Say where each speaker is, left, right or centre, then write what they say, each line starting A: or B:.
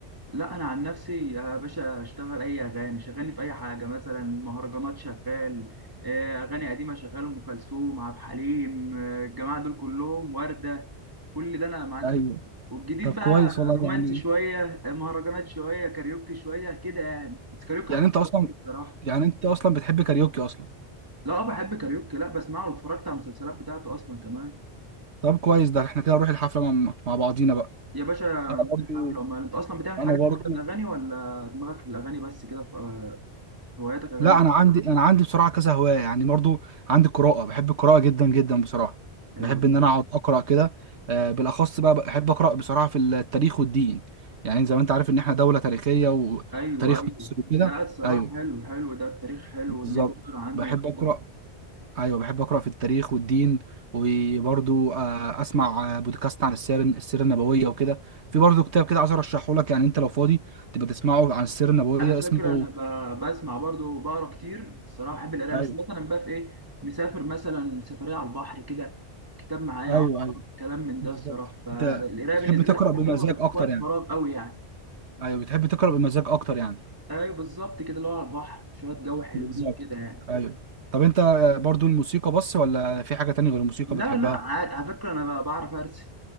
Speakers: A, on the right; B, on the right.
A: لا انا عن نفسي يا باشا اشتغل اي اغاني شغلني في اي حاجه مثلا مهرجانات شغال آه، اغاني قديمه شغال ام كلثوم عبد الحليم آه، الجماعه دول كلهم ورده كل ده انا معاك
B: ايوه
A: فيه والجديد
B: طب
A: بقى
B: كويس والله
A: رومانسي
B: يعني
A: شويه مهرجانات شويه كاريوكي شويه كده يعني بس كاريوكي
B: يعني
A: حبيبي
B: انت اصلا
A: بصراحه
B: يعني انت اصلا بتحب كاريوكي اصلا
A: لا آه، بحب كاريوكي لا بسمعه واتفرجت على المسلسلات بتاعته اصلا كمان
B: طب كويس ده احنا كده نروح الحفله مع, مع بعضينا بقى
A: يا باشا
B: انا
A: يوم
B: برضو
A: الحفله امال انت اصلا بتعمل
B: انا
A: حاجه تانية
B: برضو
A: غير الاغاني ولا دماغك في الاغاني بس كده ف- آه، هواياتك اغاني
B: لا
A: بس
B: انا عندي انا عندي بصراحه كذا هوايه يعني برضو عندي قراءه بحب القراءه جدا جدا بصراحه
A: حلو
B: بحب
A: ده
B: ان انا اقعد اقرا كده آه، بالاخص بقى بحب اقرا بصراحه في التاريخ والدين يعني زي ما انت عارف ان احنا دوله تاريخيه و-
A: ايوه
B: وتاريخ
A: ايوه
B: مصر وكده
A: لا الصراحه
B: ايوه
A: حلو حلو ده التاريخ حلو
B: بالظبط
A: ان انت تقرا عنه
B: بحب
A: وكده
B: اقرا ايوه بحب اقرا في التاريخ والدين وبرضو آه، اسمع آه، بودكاست عن السير السيره النبويه وكده في برضو كتاب كده عايز ارشحه لك يعني انت لو فاضي تبقى تسمعه عن السيره النبويه
A: على فكرة
B: اسمه
A: أنا ب- بسمع برضه وبقرا كتير الصراحة بحب القراية
B: ايوه
A: بس مثلا بقى في إيه مسافر مثلا سفرية على البحر كده كتاب معايا
B: ايوه
A: أقرأ
B: ايوه
A: كلام من
B: بالظبط
A: ده الصراحة فالقراية
B: انت بتحب
A: بالنسبة
B: تقرا
A: لي حاجة
B: بمزاج
A: حلوة بس
B: اكتر
A: في وقت
B: يعني
A: فراغ قوي يعني
B: ايوه بتحب تقرا بمزاج اكتر يعني
A: أيوه بالظبط كده اللي هو على البحر شوية جو حلوين
B: بالظبط
A: كده يعني
B: ايوه طب انت آه، برضو الموسيقى بس ولا في حاجه تانية غير الموسيقى
A: لا
B: بتحبها
A: لا عادي على فكرة أنا ب- بعرف أرسم